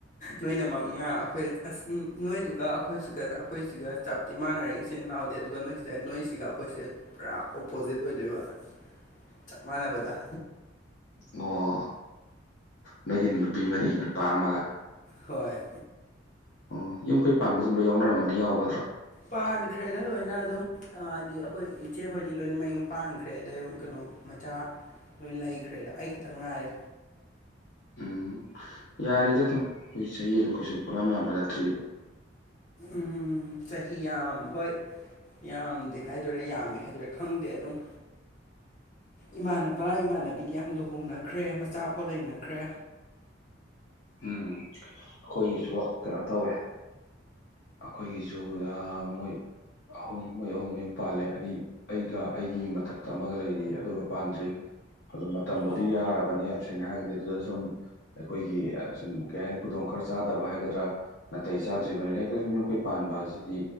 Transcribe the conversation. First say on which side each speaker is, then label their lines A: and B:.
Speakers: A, on the left; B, on the left.
A: ꯅꯣꯏꯅ ꯃꯉꯥ ꯑꯩꯈꯣꯏꯅ ꯑꯁ ꯅꯣꯏꯗꯨꯒ ꯑꯩꯈꯣꯏ ꯑꯩꯈꯣꯏꯁꯤꯒ ꯆꯞꯇꯤ ꯃꯥꯟꯅꯔꯦ ꯏꯆꯤꯟ ꯏꯅꯥꯎꯗꯤ ꯑꯗꯨꯒ ꯅꯣꯏꯁꯤꯗ ꯅꯣꯏꯁꯤꯒ ꯑꯩꯈꯣꯏꯁꯤꯒ ꯄꯨꯔꯥ ꯑꯣꯄꯣꯖꯤꯠ ꯑꯣꯏꯗꯣꯏꯕ ꯆꯞ ꯃꯥꯅꯕꯗꯥꯥ
B: ꯑꯣ ꯅꯣꯏꯒꯤꯅ ꯅꯨꯄꯤ ꯃꯔꯤ ꯅꯨꯄꯥ ꯑꯃꯒ
A: ꯍꯣꯏ
B: ꯑꯣ ꯌꯨꯝ ꯀꯩ ꯄꯥꯟꯕꯝꯁꯨ ꯑꯗꯨꯝ ꯌꯥꯎꯅꯔꯝꯃꯅꯤ ꯌꯥꯎꯕ ꯅꯠꯇꯔꯣ
A: ꯄꯥꯟꯈ꯭ꯔꯦꯗ ꯂꯣꯏꯅ ꯑꯗꯨꯝ ꯍꯥꯏꯗꯤ ꯑꯩꯈꯣꯏ ꯏꯆꯦꯍꯣꯏꯗꯤ ꯂꯣꯏꯅ ꯃꯌꯨꯝ ꯄꯥꯟꯈ꯭ꯔꯦ ꯑꯗꯩ ꯀꯩꯅꯣ ꯃꯆꯥ ꯂꯣꯏ ꯂꯩꯈ꯭ꯔꯦꯗ ꯑꯩ ꯈꯛꯇꯪ ꯉꯥꯏꯔꯦ
B: ꯎꯝ ꯌꯥꯔꯤꯗ ꯑꯗꯨꯝ ꯑꯩꯈꯣꯏ ꯆꯍꯤ ꯑꯗꯨꯝ ꯀꯩꯁꯨ ꯄꯪꯌꯥꯝ ꯌꯥꯝꯕ ꯅꯠꯇ꯭ꯔꯤꯕ
A: ꯎꯝꯝ ꯆꯍꯤ ꯌꯥꯝ ꯍꯣꯏ ꯌꯥꯝꯗꯦ ꯍꯥꯏꯗꯔꯦ ꯌꯥꯝꯃꯦ ꯍꯥꯏꯗꯔꯦ ꯈꯪꯗꯦ ꯑꯗꯨꯝ ꯏꯃꯥꯟꯅꯕ ꯏꯃꯥꯟꯅꯕꯤꯗꯤ ꯌꯥꯝ ꯂꯨꯍꯣꯡꯅꯈ꯭ꯔꯦ ꯃꯆꯥꯐꯥꯎ ꯂꯩꯅꯈ꯭ꯔꯦ
B: ꯎꯝ ꯑꯩꯈꯣꯏꯒꯤꯁꯨ ꯀꯩꯅꯣ ꯇꯧꯋꯦ ꯑꯩꯈꯣꯏꯒꯤꯁꯨ ꯃꯣꯏ ꯑꯍꯨꯝ ꯃꯣꯏ ꯑꯍꯨꯝ ꯃꯨꯝ ꯄꯥꯜꯂꯦ ꯑꯅꯤ ꯑꯩꯒ ꯑꯩꯒꯤ ꯃꯊꯛꯇ ꯑꯃꯒ ꯂꯩꯔꯤ ꯑꯗꯨꯒ ꯄꯥꯟꯗ꯭ꯔꯤ ꯑꯗꯨ ꯃꯇꯝꯕꯨꯗꯤ
A: ꯑꯣ
B: ꯌꯥꯔꯕꯅꯤ ꯌꯥꯝ ꯁꯦꯡꯅ ꯍꯥꯏꯔꯒꯗꯤ ꯑꯗꯨꯗ ꯁꯨꯝ ꯑꯩꯈꯣꯏꯒꯤ ꯁꯨꯝ ꯀꯩ ꯍꯥꯏꯅꯤ ꯈꯨꯗꯣꯡ ꯈꯔ ꯆꯥꯗꯕ ꯍꯥꯏꯒꯗ꯭ꯔꯥ ꯅꯥꯇꯩ ꯆꯥꯗ꯭ꯔꯤꯕꯅꯤꯅ ꯍꯦꯛ ꯌꯨꯝꯈꯩ ꯄꯥꯟꯕ ꯑꯁꯤꯗꯤ